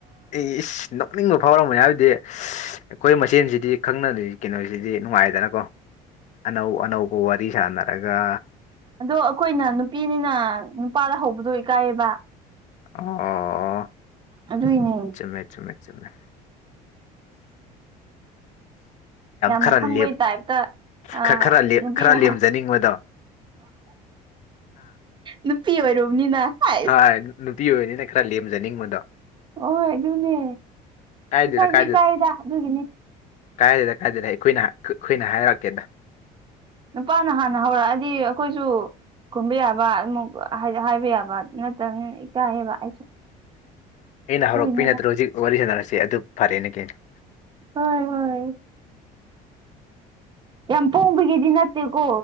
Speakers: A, on the left; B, on the right.
A: ꯏꯁ ꯅꯣꯛꯅꯤꯡꯕ ꯐꯥꯎꯔꯝꯃꯣꯏ ꯍꯥꯏꯕꯗꯤ ꯑꯩꯈꯣꯏ ꯃꯁꯦꯟꯁꯤꯗꯤ ꯈꯪꯅꯔꯤ ꯀꯩꯅꯣꯁꯤꯗꯤ ꯅꯨꯡꯉꯥꯏꯗꯅꯀꯣ ꯑꯅꯧ ꯑꯅꯧꯕ ꯋꯥꯔꯤ ꯁꯥꯟꯅꯔꯒ
B: ꯑꯗꯣ ꯑꯩꯈꯣꯏꯅ ꯅꯨꯄꯤꯅꯤꯅ ꯅꯨꯄꯥꯗ ꯍꯧꯕꯗꯣ ꯏꯀꯥꯏꯌꯦꯕ
A: ꯑꯣ
B: ꯑꯗꯨꯏꯅꯦ
A: ꯆꯨꯝꯃꯦ ꯆꯨꯝꯃꯦ ꯆꯨꯝꯃꯦ
B: ꯌꯥꯝ
A: ꯈꯔ
B: ꯈꯪꯕꯩ
A: ꯂꯦꯞ
B: ꯇꯥꯏꯞꯇ ꯑꯥ
A: ꯈꯔ ꯈꯔ ꯂꯦꯝ
B: ꯅꯨꯄꯤꯅ
A: ꯈꯔ ꯂꯦꯝꯖꯅꯤꯡꯕꯗꯣ
B: ꯍꯟ ꯅꯨꯄꯤ ꯑꯣꯏꯔꯨꯕꯅꯤꯅ ꯍꯥꯏꯁ
A: ꯍꯣꯢ ꯅꯨꯄꯤ ꯑꯣꯏꯕꯅꯤꯅ ꯈꯔ ꯂꯦꯝꯖꯅꯤꯡꯕꯗꯣ
B: ꯍꯣꯏ ꯑꯗꯨꯅꯦ
A: ꯀꯥꯏꯗꯦꯗ
B: ꯏꯀꯥꯏꯁꯨ
A: ꯀꯥꯏꯗꯦꯗ
B: ꯏꯀꯥꯏꯌꯦꯗ ꯑꯗꯨꯒꯤꯅꯤ
A: ꯀꯥꯏꯗꯦꯗ ꯀꯥꯏꯗꯦꯅ ꯑꯩꯈꯣꯏꯅ ꯈꯨꯠ ꯑꯩꯈꯣꯏꯅ ꯍꯥꯏꯔꯛꯀꯦꯗ
B: ꯅꯨꯄꯥꯅ ꯍꯥꯟꯅ ꯍꯧꯔꯛꯑꯗꯤ ꯑꯩꯈꯣꯏꯁꯨ ꯀꯨꯝꯕ ꯌꯥꯕ ꯑꯃꯨꯛ ꯍꯥꯏꯕ ꯌꯥꯕ ꯅꯠꯇꯕꯅꯤꯅ ꯏꯀꯥꯏꯌꯦꯕ ꯑꯩꯁꯨ
A: ꯑꯩꯅ ꯍꯧꯔꯛꯄꯒꯤ
B: ꯑꯗꯨꯏꯅꯤꯗ
A: ꯅꯠꯇ꯭ꯔꯣ ꯍꯧꯖꯤꯛ ꯋꯥꯔꯤ ꯁꯥꯟꯅꯔꯤꯁꯦ ꯑꯗꯨ ꯐꯔꯦꯅꯦ ꯀꯩꯅꯣ
B: ꯍꯣꯏ ꯍꯣꯏ ꯌꯥꯝ ꯄꯣꯡꯕꯒꯤꯗꯤ ꯅꯠꯇꯦꯀꯣ